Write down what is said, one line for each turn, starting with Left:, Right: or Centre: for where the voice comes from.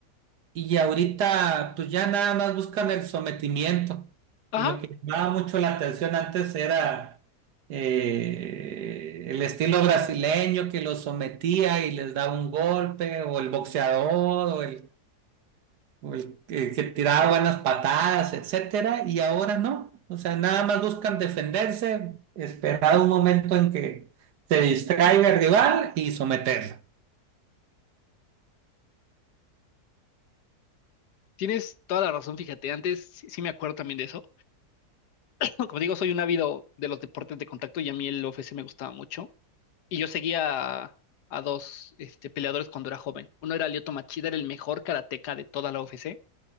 Right: y ahorita pues ya nada más buscan el sometimiento.
Left: ajá,
Right: Y lo que llamaba mucho la atención antes era eh, el estilo brasileño que los sometía y les daba un golpe, o el boxeador, o el, o el que, que tiraba buenas patadas, etcétera, y ahora no. O sea, nada más buscan defenderse, esperar un momento en que se distraiga el rival y someterlo.
Left: tienes toda la razón, fíjate, antes sí, sí me acuerdo también de eso. <laughs> Como digo, soy un ávido de los deportes de contacto y a mí el UFC me gustaba mucho. Y yo seguía a, a dos este, peleadores cuando era joven. Uno era Lyoto Machida, era el mejor karateca de toda la UFC.